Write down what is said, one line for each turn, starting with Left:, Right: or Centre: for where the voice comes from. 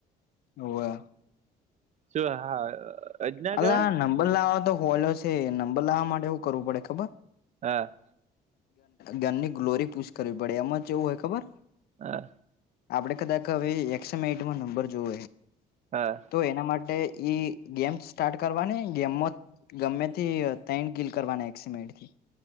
Left: હોવે.
Right: તો યે હા અજના
Left: અલા
Right: કેવાય
Left: નંબર લાવવા તો હોલો છે નંબર લાવવા માટે એું કરવું પડે ખબર
Right: હા.
Left: ગનની ગ્લોરી પૂછ કરવી પડે એમાં જેવું હોય ખબર
Right: હા
Left: આપણે કદાચ હવે એક્સમટમાં નંબર જોવ
Right: હા
Left: તો એના માટે ઈ ગેમ સ્ટાર્ટ કરવાની ગેમમાં ગમે તે તઈન કિલ કરવાની એક્સીમેન્ટ થી.